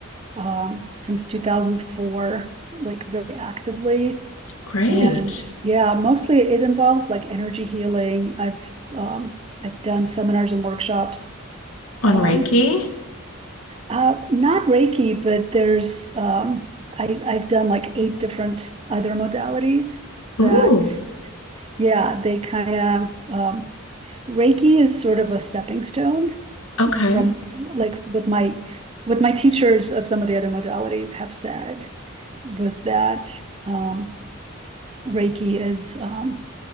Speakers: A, on the right (about 25°); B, on the left (about 85°).
A: um, since 2004, like very actively.
B: great.
A: And yeah, mostly it involves like energy healing. I've um, I've done seminars and workshops
B: On
A: um,
B: Reiki?
A: Uh, not Reiki, but there's um, I, I've done like eight different other modalities that,
B: Ooh.
A: yeah, they kind of um, Reiki is sort of a stepping stone
B: Okay.
A: from like what my what my teachers of some of the other modalities have said was that um, Reiki is um,